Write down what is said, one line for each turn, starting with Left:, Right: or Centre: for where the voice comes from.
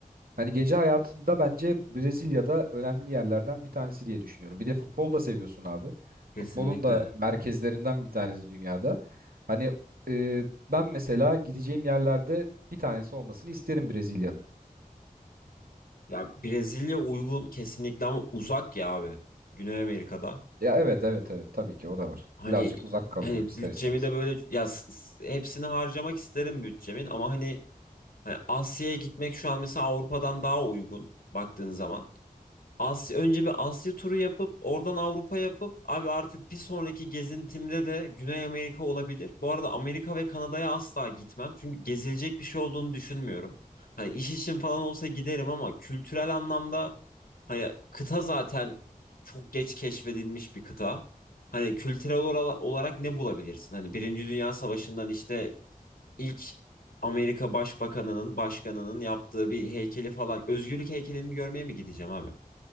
Right: Hani gece hayatında bence Brezilya'da önemli yerlerden bir tanesi diye düşünüyorum. Bir de futbol da seviyorsun abi.
Left: Kesinlikle.
Right: Futbolun da merkezlerinden bir tanesi dünyada. Hani e, ben mesela gideceğim yerlerde bir tanesi olmasını isterim Brezilya'nın.
Left: Ya Brezilya uygun kesinlikle ama uzak ya abi. Güney Amerika'da.
Right: Ya evet evet evet tabii ki o da var.
Left: Hani
Right: Birazcık uzak kalıyor
Left: hani
Right: ister
Left: bütçemi
Right: istemez.
Left: de böyle ya s- s- hepsini harcamak isterim bütçemin ama hani, hani Asya'ya gitmek şu an mesela Avrupa'dan daha uygun baktığın zaman. Asya, önce bir Asya turu yapıp oradan Avrupa yapıp abi artık bir sonraki gezintimde de Güney Amerika olabilir. Bu arada Amerika ve Kanada'ya asla gitmem. Çünkü gezilecek bir şey olduğunu düşünmüyorum. Hani iş için falan olsa giderim ama kültürel anlamda hani kıta zaten çok geç keşfedilmiş bir kıta. Hani kültürel ora- olarak ne bulabilirsin? Hani Birinci Dünya Savaşı'ndan işte ilk Amerika Başbakanı'nın, başkanının yaptığı bir heykeli falan. Özgürlük heykelini görmeye mi gideceğim abi?